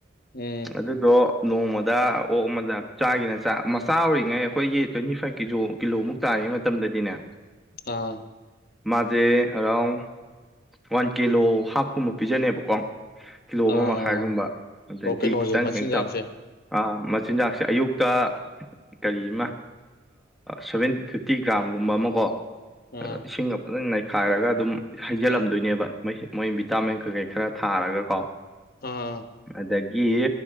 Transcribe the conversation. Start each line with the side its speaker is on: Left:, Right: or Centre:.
Left: ꯎꯝ
Centre: ꯑꯗꯨꯗꯣ ꯅꯣꯡꯃꯗ ꯑꯣꯛ ꯑꯃꯗ ꯆꯥꯒꯤꯅ ꯃꯆꯥ ꯑꯣꯏꯔꯤꯉꯩ ꯑꯩꯈꯣꯏꯒꯤ ꯇ꯭ꯋꯦꯟꯇꯤ ꯐꯥꯏꯞ ꯀꯤꯂꯣ ꯀꯤꯂꯣꯃꯨꯛ ꯇꯥꯔꯤꯉꯩ ꯃꯇꯝꯗꯗꯤꯅꯦ
Left: ꯑꯥ
Centre: ꯃꯥꯖꯦ ꯑꯔꯥꯎꯟ ꯋꯥꯟ ꯀꯤꯂꯣ ꯍꯥꯞꯀꯨꯝꯕ ꯄꯤꯖꯅꯦꯕꯀꯣ ꯀꯤꯂꯣ ꯑꯃ
Left: ꯑꯥ
Centre: ꯃꯈꯥꯏꯒꯨꯝꯕ ꯑꯗꯩꯗꯤ
Left: ꯑꯣ ꯀꯩꯅꯣꯁꯦ
Centre: ꯈꯤꯇꯪ
Left: ꯃꯆꯤꯟꯖꯥꯛꯁꯦ
Centre: ꯍꯦꯛꯇ ꯃꯆꯤꯟꯖꯥꯛꯁꯦ ꯑꯌꯨꯛꯇ ꯀꯔꯤ ꯑꯃ ꯁꯚꯦꯟ ꯐꯤꯐꯇꯤ ꯒ꯭ꯔꯥꯝꯒꯨꯝꯕ ꯑꯃ ꯀꯣ
Left: ꯑꯥ
Centre: ꯑ ꯏꯁꯤꯡꯒ ꯐꯖꯪ ꯅꯩꯈꯥꯏꯔꯒ ꯑꯗꯨꯝ ꯍꯩꯖꯤꯜꯂꯝꯗꯣꯏꯅꯦꯕ
Left: ꯑꯥ
Centre: <inaudible> ꯃꯣꯏ ꯚꯤꯇꯥꯃꯤꯟ ꯀꯩꯀꯩ ꯈꯔ ꯊꯥꯔꯒ ꯀꯣ
Left: ꯑꯥ
Centre: ꯑꯗꯒꯤ